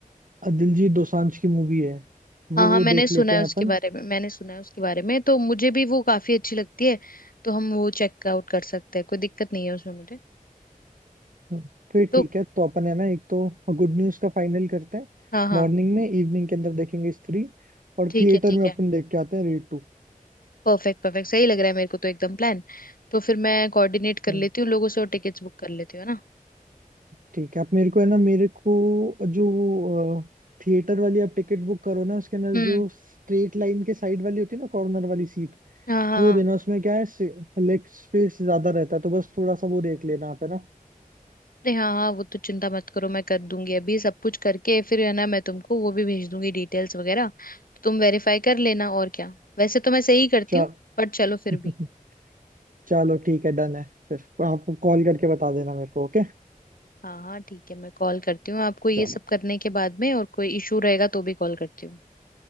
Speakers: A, on the right; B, on the left.
A: दिलजीत दोसांझ की मूवी है वो
B: हाँ हाँ
A: वो
B: मैंने
A: देख
B: सुना
A: लेते
B: है
A: हैं
B: उसके
A: अपन
B: बारे में मैंने सुना है उसके बारे में तो मुझे भी वो काफी अच्छी लगती है तो हम वो चेकआउट कर सकते हैं कोई दिक्कत नहीं है उसमें मुझे
A: हम्म, फिर
B: तो
A: ठीक है तो अपन है ना एक तो गुड न्यूज का फाइनल करते हैं
B: हाँ हाँ
A: मॉर्निंग में इवनिंग के अंदर देखेंगे स्त्री और
B: ठीक
A: थिएटर
B: है ठीक
A: में
B: है
A: अपन देख के आते हैं रेड
B: परफेक्ट परफेक्ट सही लग रहा है मेरे को तो एकदम प्लान तो फिर मैं कोऑर्डिनेट
A: टू
B: कर लेती हूँ लोगों से और टिकट्स बुक कर लेती हूँ है ना
A: ठीक है आप मेरे को है ना मेरे को जो वो थिएटर वाली आप टिकट बुक करो ना उसके अंदर
B: हम्म
A: जो स्ट्रेट लाइन के साइड वाली होती है ना कॉर्नर वाली सीट
B: हाँ हाँ
A: वो
B: हाँ
A: देना उसमें क्या है लेग स्पेस ज्यादा रहता है तो बस थोड़ा सा वो देख लेना आप है ना
B: अरे हाँ हाँ वो तो चिंता मत करो मैं कर दूंगी अभी सब कुछ करके फिर है ना मैं तुमको वो भी भेज दूंगी डिटेल्स वगैरह तो तुम वेरीफाई कर लेना और क्या वैसे तो मैं सही करती
A: चल
B: हूँ पर चलो फिर
A: <laughs>
B: भी
A: चलो ठीक है डन है फिर आप कॉल करके बता देना मेरे को ओके
B: हाँ हाँ ठीक है मैं कॉल करती हूँ आपको ये
A: चलो
B: सब करने के बाद में और कोई इशू रहेगा तो भी कॉल करती हूँ